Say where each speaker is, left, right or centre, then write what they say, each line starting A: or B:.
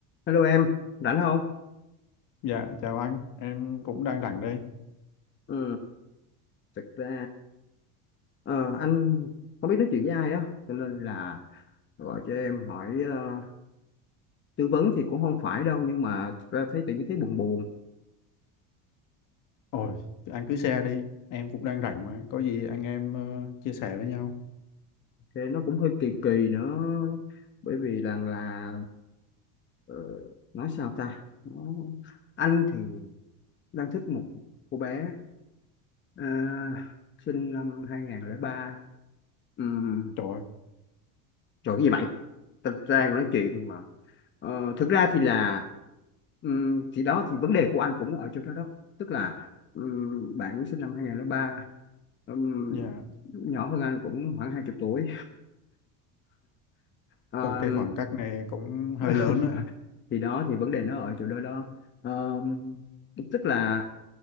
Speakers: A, on the left (about 30°); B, on the left (about 55°).
A: Hello em, rảnh không?
B: Dạ, chào anh, em cũng đang rảnh đây.
A: Ừ, thực ra ờ, anh không biết nói chuyện với ai á, cho nên là gọi cho em hỏi ờ, tư vấn thì cũng không phải đâu nhưng mà thực ra thấy tự nhiên thấy buồn buồn,
B: Ôi, thì anh cứ share đi, em cũng đang rảnh mà, có gì anh em ờ, chia sẻ với nhau.
A: thì nó cũng hơi kỳ kỳ nữa bởi vì là là ờ, nói sao ta, nó, anh thì đang thích một cô bé ờ, sinh năm 2003, um,
B: Trời ơi,
A: trời cái gì mày, tao đang nói chuyện mà Ờ, thực ra thì là ừm, thì đó thì vấn đề của anh cũng ở chỗ đó đó tức là ừm, bạn cũng sinh năm 2003 ừm,
B: dạ,
A: nhỏ hơn anh cũng khoảng hai chục tuổi Ờ,
B: ồ cái khoảng cách này cũng
A: <laughs>
B: hơi lớn á.
A: thì đó thì vấn đề nó ở chỗ đó đó Ờ, tức là